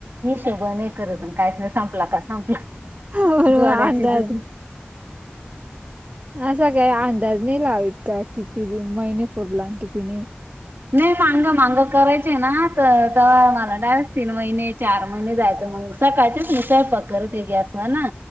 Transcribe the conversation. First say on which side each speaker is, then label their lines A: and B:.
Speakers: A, on the right (about 65°); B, on the right (about 40°).
A: हिशोब नाही करत. प काही न संपला का संपला.
B: बरोबर
A: जोडायची
B: अंदाज
A: दुसरी.
B: असा काही अंदाज नाही लावीत का, किती महिने पूर्ला, किती नाही?
A: नाही, मांग-मांग करायचे ना तर ते मला डायरेक्ट तीन महिने, चार महिने जायचं मग. सकाळचेच संयपाक करते गॅसवर ना,